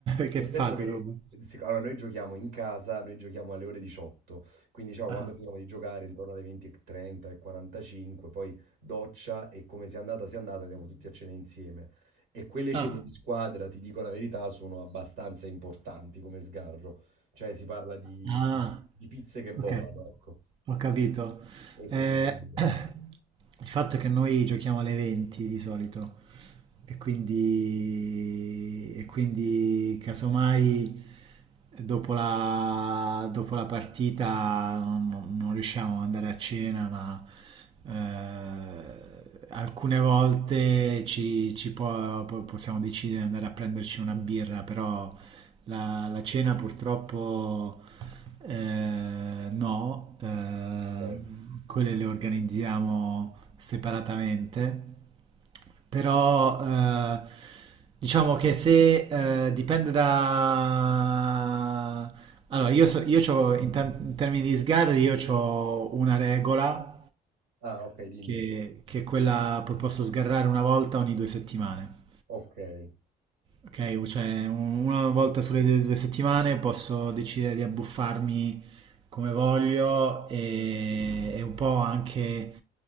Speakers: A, on the right; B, on the right.
A: <laughs> che, che
B: Nel
A: fate
B: senso che
A: dopo?
B: eh, sic- allora, noi giochiamo in casa, noi giochiamo alle ore 18, quindi diciamo
A: Ah,
B: quando finiamo di giocare intorno alle 20.30 e 45, poi doccia e come sia andata sia andata, andiamo tutti a cena insieme. E quelle cene
A: ah.
B: di squadra, ti dico la verità, sono abbastanza importanti come sgarro. Cioè si parla di,
A: Ah,
B: di- di pizze che volano,
A: ok,
B: ecco.
A: ho capito.
B: E questo
A: Eh,
B: intendevo.
A: <clears throat> il fatto è che noi giochiamo alle 20 di solito e quindi, e quindi casomai dopo la, dopo la partita non, non riusciamo ad andare a cena, ma eh, alcune volte ci, ci può- po- possiamo decidere di andare a prenderci una birra, però la, la cena purtroppo eh, no, eh,
B: Ok.
A: quelle le organizziamo separatamente, però eh, diciamo che se eh, dipende da... Allora, io, so- io c'ho- in, tem- in termini di sgarri, io ho una regola
B: Ah, ok, dimmi.
A: che, che è quella, poi posso sgarrare una volta ogni due settimane.
B: Okay.
A: Ok, cioè un- una volta sulle due due settimane posso decidere di abbuffarmi come voglio e, e un po' anche